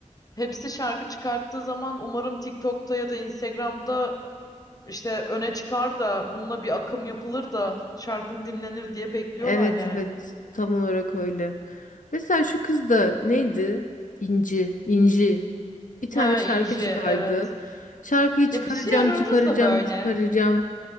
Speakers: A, on the left (about 30°); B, on the left (about 80°).
A: Hepsi şarkı çıkarttığı zaman umarım TikTok'ta ya da Instagram'da işte öne çıkar da bununla bir akım yapılır da şarkım dinlenir diye bekliyorlar
B: Evet
A: yani.
B: evet tam olarak öyle. Mesela şu kız da neydi? İnci, İnci. Bir tane
A: Ha
B: şarkı
A: Inje
B: çıkardı.
A: evet.
B: Şarkıyı çıkaracağım,
A: Ya bir şey arıyoruz
B: çıkaracağım,
A: da böyle.
B: çıkaracağım.